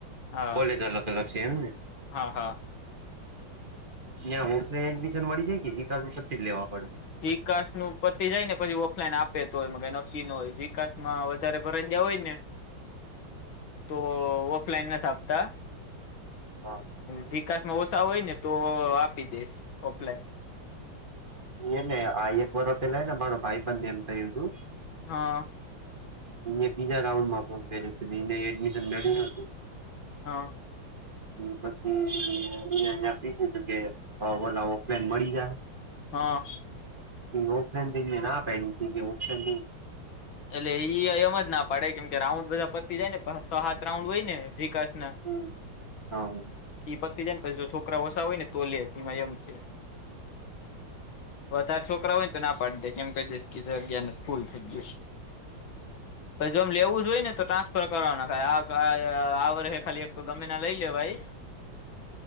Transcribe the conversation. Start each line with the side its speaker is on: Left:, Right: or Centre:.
Left: હા
Right: કોલેજ અલગ-અલગ છે એમને?
Left: હા, હા.
Right: ત્યાં ઑફ લાઈન એડમિશન મળી જાય કે જી સી એ એસ ઉપરથી જ લેવા પડે.
Left: જિ કા સનું પતિ જાય ને પછી ઓફલાઈન આપે તો આપે નક્કી ન હોય જિ કા સમાં વધારે ભરાઈ ગયા હોય ને તો ઓફલાઈન નહિ આપતા.
Right: હા
Left: જી કા સમાં ઓછા હોય ને તો આપી દેય ઓફલાઈન.
Right: હહ ઈ હેને આઈએફ વાળો પેલા હેને મારો ભાઈબંધ એમ કહ્યું તું.
Left: હા
Right: મેં બીજા રાઉન્ડમાં કામ કર્યું તું તો એને એડમિશન નળ્યું નતું.
Left: હા
Right: પછી અ પીછું કે વાલાવો. ફેડ મળી જાય.
Left: હા.
Right: એ ઓપનને ના પેડી ઓપ્શન.
Left: એટલે ઈ એમજ ના પાડે કેમ કે રાઉન્ડ બધા પતી જાય ને પા છ હાત રાઉન્ડ હોય ને વિકાસના
Right: હમ હહ હહ
Left: ઈ પતિ જાયને પછી જો છોકરા ઓસા હોય ને તો લે સિવાય એમ છે. વધારે છોકરા હોય ને તો ના પાડ દે છે એમ કહી દઈશ કે જગ્યા નથ ફૂલ થઈ ગયું છ. પસ જો આમ લેવું જ હોય ને તો ટ્રાન્સફર કરવાના થાય આ આ વરહે ખાલી એક ગમે ના લઈ લેવાય.